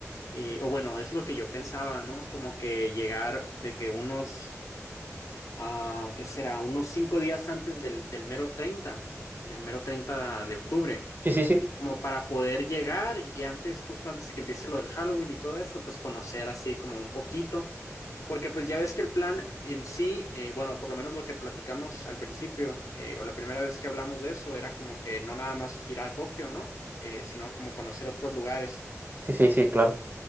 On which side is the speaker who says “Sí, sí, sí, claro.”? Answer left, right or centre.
Right